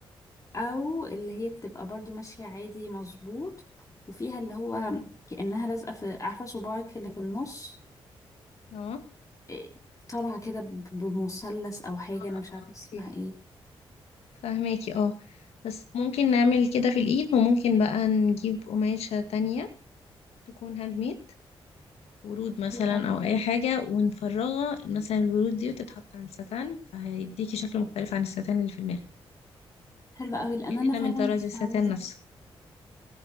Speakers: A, on the left; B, on the left.
A: او اللي هي بتبقى برضو ماشية عادي مظبوط وفيها اللي هو كأنها لازقة في عارفة صباعك اللي في النص
B: اه
A: إيه، طالعة كده ب- بمثلث أو حاجة
B: آه،
A: أنا مش عارفة
B: اوكي
A: اسمها ايه
B: فهماكي اه بس ممكن نعمل كده في الايد وممكن بقى نجيب قماشة تانية تكون هاند ميد ورود مثلا
A: حلوة أوي
B: او اي حاجة ونفرغها مثلا الورود دي وتتحط على الستان فهيديكي شكل مختلف عن الستان اللي في دماغك
A: حلوة أوي لأن
B: كأننا
A: أنا فعلا
B: من طراز
A: مش
B: الستان
A: عايزة
B: نفسه